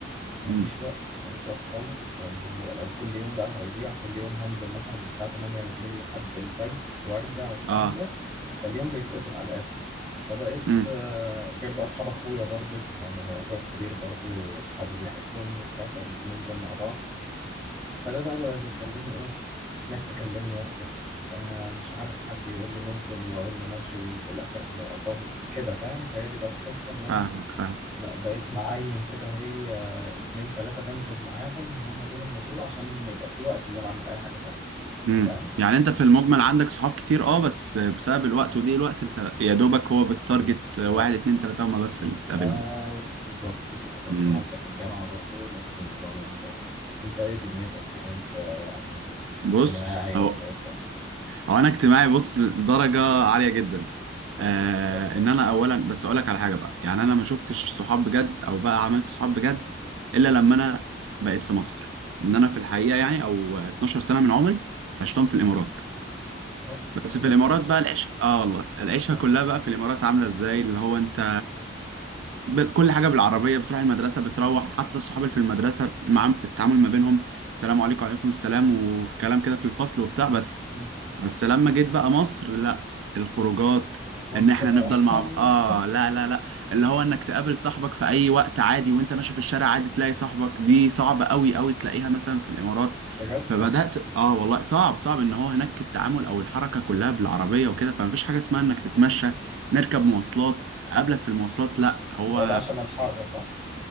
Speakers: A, in the centre; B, on the right (about 90°).
A: مفيش
B: <laughs> امم
A: وقت مفيش وقت خالص فاللي هو لو كل يوم بقى هيضيع كل يوم هنزل مثلا من الساعة 8 بالليل لحد الفجر وارجع والكلام
B: اه
A: ده فاليوم بيتقفل على الآخر فبقيت
B: امم
A: آه، غير بقى أصحاب أخويا برضو يعني أخويا الكبير برضو أصحابه بيحبوني وبتاع فبننزل مع بعض فده بقى, بقى بيخليني إيه ناس تكلمني وافكس آه مش عارف حد يقول لي ننزل وأقول له ماشي وفي الآخر أطن كده فاهم فهي دي بقى القصة إن أنا
B: فاهمك فاهم
A: ما- بقيت معين كده هي اتنين تلاتة بنزل معاهم هم دول النزول عشان يبقى في وقت إن أنا أعمل أي حاجة تانية
B: امم
A: فاهم؟
B: يعني انت في المجمل عندك صحاب كتير اه بس بسبب الوقت وضيق الوقت انت يا دوبك هو بالتارجت
A: بالظبط
B: واحد اتنين تلاته هما بس اللي بتقابلهم
A: أيوه بالظبط كده برضه
B: امم
A: حتى في الجامعة برضه نفس النظام يعني تقريبا أنت إيه دنيتك كده أنت يعني
B: بص
A: اجتماعي
B: أو
A: ولا إيه الدنيا؟
B: هو انا اجتماعي بص لدرجه عاليه جدا
A: مم.
B: آه
A: طب حلو.
B: ان انا اولا بس اقول لك على حاجه بقى يعني
A: حلو.
B: انا ما شفتش صحاب بجد او بقى عملت صحاب بجد الا لما انا بقيت في مصر ان انا في الحقيقه يعني او 12 سنه من عمري عشتهم في الامارات
A: الإمارات
B: بس
A: وإيه؟
B: في الامارات بقى العيش اه والله العيشه
A: آه.
B: كلها بقى في الامارات عامله ازاي اللي هو انت ب- كل حاجة بالعربية بتروح المدرسة بتروح حتى الصحاب اللي في المدرسة مع التعامل ما بينهم السلام عليكم وعليكم السلام والكلام كده في الفصل وبتاع بس
A: مم.
B: بس لما جيت بقى مصر لا الخروجات
A: لا، مصر
B: ان احنا
A: بقى
B: نفضل مع
A: <laughs>
B: بعض اه لا لا لا اللي هو انك تقابل صاحبك في اي وقت عادي وانت ماشي في الشارع عادي تلاقي صاحبك دي صعبة قوي قوي تلاقيها مثلا في الامارات
A: بجد
B: فبدأت
A: والله
B: اه والله صعب صعب ان هو هناك التعامل او الحركة كلها بالعربية وكده فمفيش حاجة اسمها انك تتمشى نركب مواصلات اقابلك
A: آه.
B: في المواصلات لا هو
A: هو ده عشان الحر صح؟